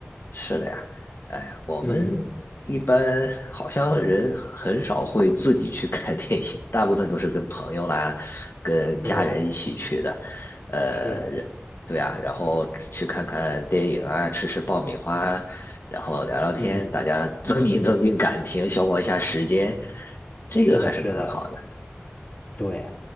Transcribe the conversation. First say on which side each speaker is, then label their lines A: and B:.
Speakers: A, on the left; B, on the left.
A: 是的呀，哎，我们一般好像人很少会自己去
B: 嗯，
A: <laughs> 看电影，大部分都是跟朋友啦、跟家人一起去的。
B: 对，
A: 呃，
B: 是，
A: 人对啊，然后去看看电影啊，吃吃爆米花，然后聊聊天，
B: 嗯，
A: 大家增进增进感情，消磨一下时间，这个还是蛮好的。
B: 是的，是的。对，